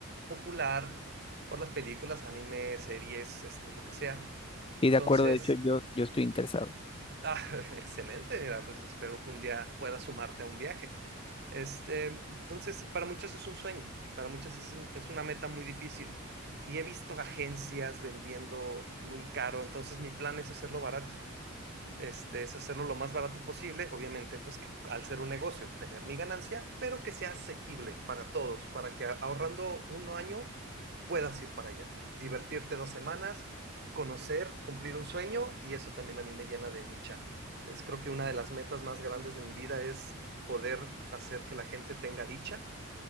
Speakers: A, on the right; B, on the left.
A: popular por las películas, anime, series, este, lo que sea.
B: Y
A: Entonces...
B: de acuerdo, de hecho, yo, yo estoy interesado.
A: Ah, <laughs> excelente, mira, pues espero que un día puedas sumarte a un viaje. Este, entonces, para muchos es un sueño, para muchos es un- es una meta muy difícil. Y he visto agencias vendiendo muy caro, entonces mi plan es hacerlo barato. Este, es hacerlo lo más barato posible, obviamente, pues que, al ser un negocio, tener mi ganancia, pero que sea asequible para todos, para que a- ahorrando un año puedas ir para allá, divertirte dos semanas, conocer, cumplir un sueño y eso también a mí me llena de dicha. Es creo que una de las metas más grandes de mi vida es poder hacer que la gente tenga dicha